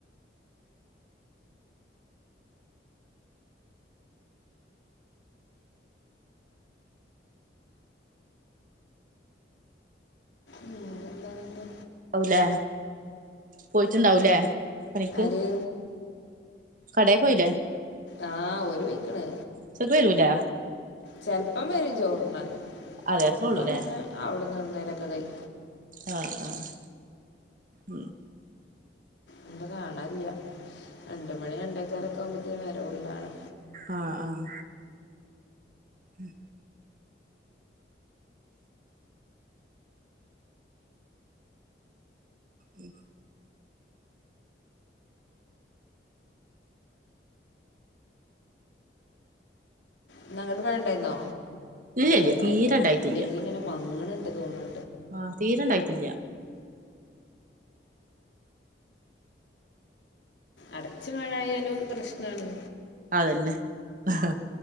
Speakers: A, on the left; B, on the right.
A: വേറെന്തായിട്ട്
B: ഔലേ പോയിട്ട് ഇണ്ടാവൂലേ പണിക്ക്
A: ആര്
B: കടേ പോയിലെ
A: ആഹ് ഓര് പൊയ്ക്ക്ണ്
B: ഉച്ചക്ക് വരൂലെ
A: ചെൽപ്പം വെരും ചോർന്നാന്
B: അതെ
A: ചെൽപ്പോ
B: അത്രേ ഉള്ളൂല്ലേ
A: അങ്ങനെ അവിട്ന്ന് എവിട്ന്നേലൊക്കെ കഴി
B: അഹ് ആഹ് ഉം
A: ഇന്ന്പ്പൊ കാണാല്യാ. രണ്ട് മണി രണ്ടേക്കാലൊക്കെ ആവുമ്പോത്തിന് വരവ്ള്ളാണ്
B: അഹ് ആഹ് ഉം ഉം
A: ഇന്നങ്ങട്ട് മഴ ണ്ടായ്ന്നോ
B: ഇല്ല
A: ചെർതായിട്ട്
B: ഇല്ല തീരെ ഇണ്ടായിട്ടില്ല
A: വെയില്ങ്ങനെ മങ്ങ്ണ് ണ്ട് തോന്ന്
B: ആഹ് തീരെണ്ടായിട്ടില്ല
A: അട്ച്ച് മഴയയാലും പ്രശ്നാണ്
B: അതന്നെ ആഹ്